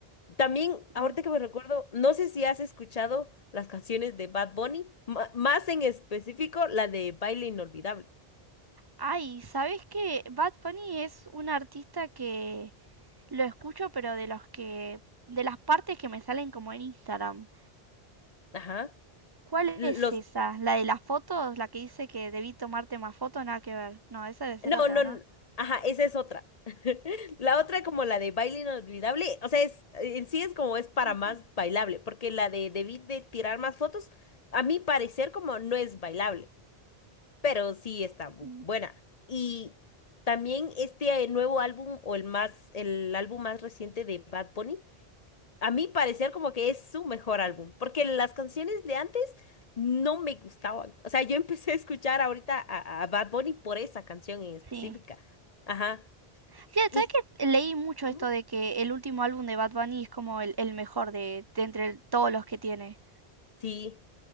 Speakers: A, on the left; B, on the right.
A: También, ahorita
B: Mm.
A: que me recuerdo, no sé si has escuchado las canciones de Bad Bunny, ma- más en específico la de Baile Inolvidable.
B: Ay, ¿sabés qué? Bad Bunny es un artista que lo escucho, pero de los que, de las partes que me salen como en Instagram.
A: Ajá.
B: ¿Cuál
A: L-
B: es
A: Los,
B: esa? ¿La de las fotos? ¿La que dice que debí tomarte más fotos? Nada que ver. No, esa debe ser
A: no,
B: otra,
A: no,
B: ¿no?
A: n- ajá, esa es otra. <laughs> La otra como la de Baile Inolvidable, o sea, es, en sí es como es para
B: Ujú,
A: más bailable, porque la de Debí de tirar más fotos, a mi parecer como no es bailable. pero sí está bu-
B: mm.
A: buena. Y también este eh, nuevo álbum o el más, el álbum más reciente de Bad Bunny, a mí parecer como que es su mejor álbum, porque las canciones de antes no me gustaban. O sea, yo empecé a escuchar ahorita a, a Bad Bunny por esa canción en específica.
B: Sí.
A: Ajá.
B: Sí,
A: Y
B: ¿sabes que leí mucho esto
A: Ujú.
B: de que el último álbum de Bad Bunny es como el, el mejor de, de entre todos los que tiene?
A: sí,